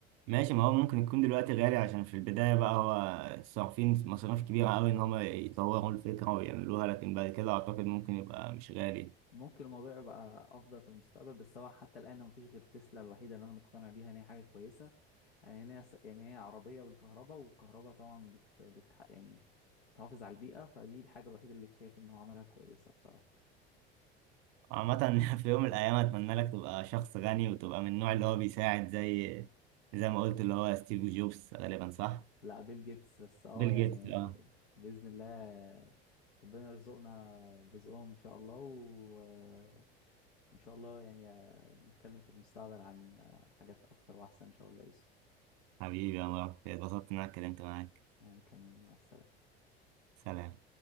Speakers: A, on the right; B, on the left.
A: ماشي ما هو ممكن يكون دلوقتي غالي عشان في البدايه بقى هو صارفين مصاريف كبيره قوي ان هم يطوروا الفكره ويعملوها لكن بعد كده اعتقد ممكن يبقى مش غالي
B: ممكن الموضوع يبقى افضل في المستقبل بس هو حتى الان مفيش غير تسلا الوحيده اللي انا مقتنع بيها ان هي حاجه كويسه يعني ان هي يعني هي عربيه بالكهرباء والكهرباء طبعا بت... بت... يعني بتحافظ على البيئه فدي الحاجه الوحيده اللي شايف ان هو عملها كويسه بصراحه
A: عامة <laughs> في يوم من الأيام أتمنى لك تبقى شخص غني وتبقى من النوع اللي هو بيساعد زي زي ما قلت اللي هو ستيف جوبز غالبا صح؟
B: لا بيل جيتس بس اه
A: بيل مظبوط
B: يعني
A: جيتس اه
B: باذن الله ربنا يرزقنا برزقهم ان شاء الله وان شاء الله يعني نتكلم في المستقبل عن حاجات اكتر واحسن ان شاء الله يا يوسف
A: حبيبي يا مروان اتبسطت إن أنا اتكلمت معاك
B: وانا كمان مع السلامه
A: سلام